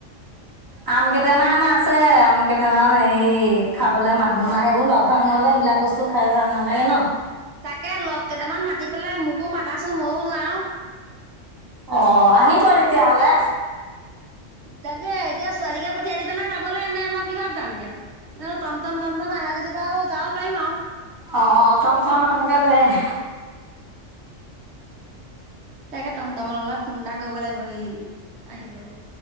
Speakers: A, on the right; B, on the right.
A: আম কেইটামান আছে আম কেইটামান হেয়ি খাবলে মানুহ নাই, এইবোৰ লগ ধাং নহলে বিলাক বস্তু খাই ভাল নালাগে ন
B: তাকে লগ কেইটামান মাতি পেলাই মোকো মাতাচোন মইও যাওঁ।
A: অ আহিব তেতিয়াহ'লে
B: তাকে এতিয়া ছোৱালীকে পঠিয়াই দিবা নে যাবলে নে? মই কিহত যাম এতিয়া, জানো টমটম মটম আহে যদি জিবা যাব পাৰিম আও।
A: অ অ টমটম এখনকে লৈ আহিব
B: তাকে টম টমলে ফোন এটা কৰিব লাগিব সি আহিবলে।